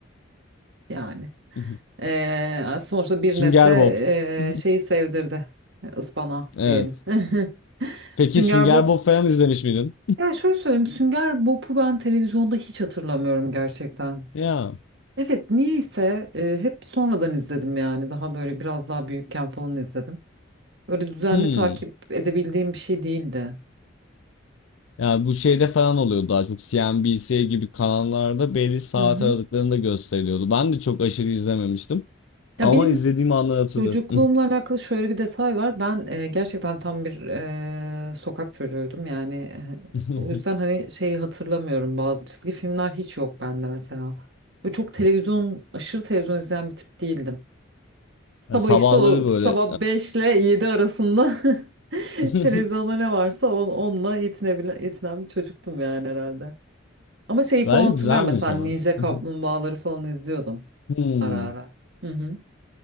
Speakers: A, on the right (about 60°); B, on the left (about 70°).
A: e, yani.
B: <laughs>
A: E, sonuçta
B: Sünger
A: bir nesle
B: Bob. <laughs>
A: e, şeyi sevdirdi. E, ıspanağı
B: Evet.
A: diyelim. <laughs>
B: Peki
A: Sünger
B: Sünger
A: Bob.
B: Bob falan izlemiş miydin?
A: Ya şöyle söyleyeyim. Sünger Bob'u ben televizyonda hiç hatırlamıyorum gerçekten.
B: Ya.
A: Evet niyeyse e, hep sonradan izledim yani. Daha böyle biraz daha büyükken falan izledim. Öyle düzenli
B: Hmm.
A: takip edebildiğim bir şey değildi.
B: Yani bu şeyde falan oluyor daha çok CNBC gibi kanallarda belli saat
A: Hı hı.
B: aralıklarında gösteriliyordu. Ben de çok aşırı izlememiştim
A: Ya
B: ama
A: benim
B: izlediğim anları hatırlıyorum.
A: çocukluğumla alakalı şöyle bir detay var. Ben e, gerçekten tam bir e, sokak çocuğuydum. Yani
B: <laughs>
A: e, o yüzden hani şeyi hatırlamıyorum. Bazı çizgi filmler hiç yok bende mesela. Ve çok televizyon, aşırı televizyon izleyen bir tip değildim.
B: Yani
A: Sabah
B: sabahları
A: işte o
B: böyle.
A: sabah 5 ile 7 arasında <laughs>
B: <laughs>
A: televizyonda ne varsa on, onunla yetinebilen, yetinen bir çocuktum yani herhalde. Ama şeyi falan
B: Bence
A: hatırlıyorum
B: güzelmiş
A: mesela
B: ama.
A: Ninja Kaplumbağaları
B: <laughs>
A: falan izliyordum
B: Hmm.
A: ara ara. Hı hı.